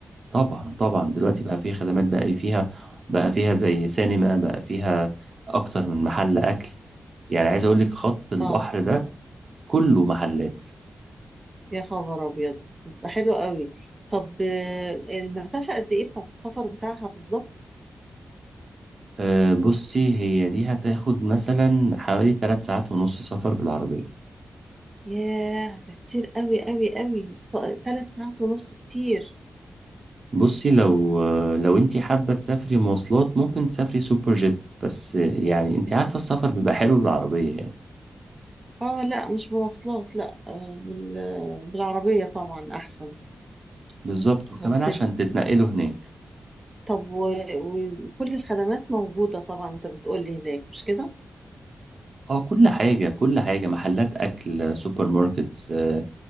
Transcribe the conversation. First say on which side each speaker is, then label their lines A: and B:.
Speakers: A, on the right; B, on the right.
A: طبعا طبعا دلوقتي
B: مم.
A: بقى فيها خدمات بقى فيها بقى فيها زي سينما بقى فيها أكتر من محل أكل يعني عايز أقولك خط البحر
B: اه
A: ده كله محلات
B: يا خبر ابيض تبقى حلو قوي طب آه، المسافة قد ايه بتاعت السفر بتاعها بالظبط
A: أه بصي هي دي هتاخد مثلا حوالي 3 ساعات ونص سفر بالعربية
B: ياه ده كتير قوي قوي قوي ثلاث ساعات ونص كتير
A: بصي لو لو انت حابة تسافري مواصلات ممكن تسافري سوبر جيت بس يعني انت عارفة السفر بيبقى حلو بالعربية يعني.
B: اه لا مش بمواصلات لا آه بال... بالعربية طبعا احسن
A: بالظبط وكمان
B: طب
A: عشان تتنقلوا هناك
B: طب و- وكل الخدمات موجودة طبعا انت بتقولي هناك مش كده
A: اه كل حاجة كل حاجة محلات أكل سوبر ماركتس آه،